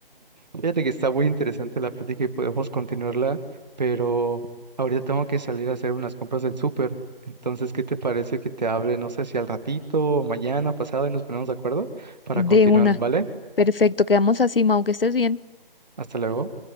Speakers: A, on the right (about 45°); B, on the left (about 70°).
A: Fíjate que está muy interesante la plática y podemos continuarla, pero ahorita tengo que salir a hacer unas compras del súper. Entonces, ¿qué te parece que te hable, no sé si al ratito, o mañana, pasado, y nos ponemos de acuerdo para
B: De
A: continuar,
B: una.
A: ¿vale?
B: Perfecto, quedamos así, Mau, que estés bien.
A: Hasta luego.